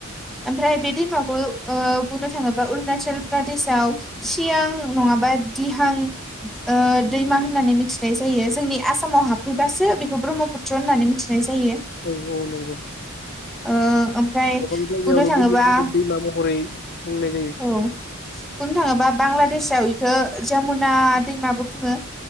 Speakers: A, in the centre; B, on the left.
A: ओमफ्राय बे दैमाखौ ओ बुंनो थाङोब्ला अरुणाचल प्रदेशआव सियां नङाबा दिहां ओ दैमा होननानै मिथिनाय जायो जोंनि आसामाव हाबफैबासो बेखौ ब्रह्मपुत्र होननानै मिथिनाय जायो।
B: औ औ नंगौ।
A: ओ ओमफ्राय
B: गोबां
A: बुंनो
B: जायगायावनो
A: थाङोबा
B: गुबुन गुबुन दैमा महरै बुंनाय जायो
A: औ बुंनो थाङोबा बांलादेशआव इद खो जमुना दैमाबो बुङो।